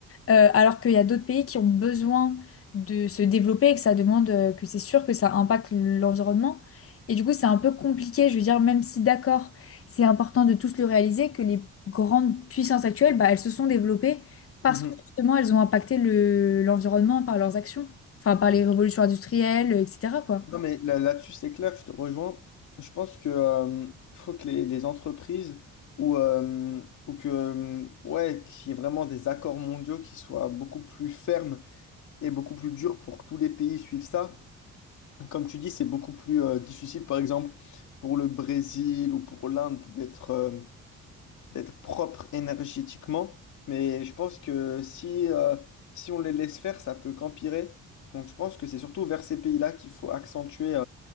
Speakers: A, on the left (about 50°); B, on the left (about 75°).
A: Euh, alors qu'il y a d'autres pays qui ont besoin de se développer et que ça demande, euh, que c'est sûr que ça impacte l'environnement. Et du coup, c'est un peu compliqué, je veux dire, même si d'accord, c'est important de tous le réaliser, que les grandes puissances actuelles, bah, elles se sont développées parce
B: Mhm.
A: que justement, elles ont impacté le, l'environnement par leurs actions, enfin par les révolutions industrielles, etc., quoi.
B: Non, mais là- là-dessus, c'est clair, je te rejoins. Je pense que euh, faut que les, les entreprises ou, euh, ou que euh, ouais, qu'il y ait vraiment des accords mondiaux qui soient beaucoup plus fermes et beaucoup plus durs pour que tous les pays suivent ça. Comme tu dis, c'est beaucoup plus euh, difficile, par exemple, pour le Brésil ou pour l'Inde d'être euh, d'être propre énergétiquement. Mais je pense que si, euh, si on les laisse faire, ça peut qu'empirer. Donc je pense que c'est surtout vers ces pays-là qu'il faut accentuer.